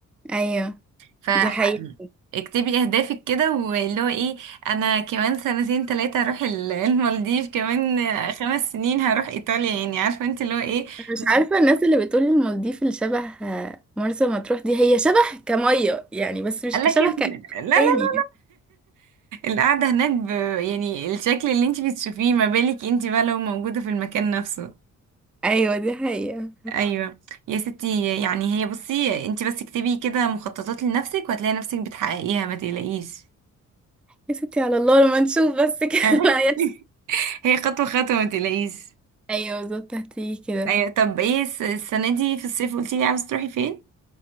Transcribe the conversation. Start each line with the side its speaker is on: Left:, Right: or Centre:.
Centre: ايوه
Right: فاكتبي
Centre: دي حقيقة
Right: اهدافك كده واللي هو ايه انا كمان سنتين تلاتة هروح ال- المالديف كمان خمس سنين هروح ايطاليا يعني عارفة انت اللي هو ايه
Centre: مش
Right: بالظبط.
Centre: عارفة الناس اللي بتقول المالديف اللي شبه مرسى مطروح دي هي شبه كمية يعني بس مش
Right: لكن
Centre: كشبه ك-
Right: لا لا لا <laughs> لا
Centre: تاني
Right: القعدة هناك ب... يعني الشكل اللي انت بتشوفيه ما بالك انت بقى لو موجودة في المكان نفسه
Centre: ايوه دي حقيقة
Right: ايوه يا ستي يعني هي بصي انت بس اكتبي كده مخططات لنفسك وهتلاقي نفسك بتحققيها ما تقلقيش
Centre: يا ستي على الله لما نشوف بس كده
Right: <laughs>
Centre: <laughs> لا يحصل.
Right: هي خطوة خطوة ما تقلقيش
Centre: ايوه بالظبط هتيجي كده
Right: ايوه طب ايه الس- السنه دي في الصيف قلتي لي عاوزه تروحي فين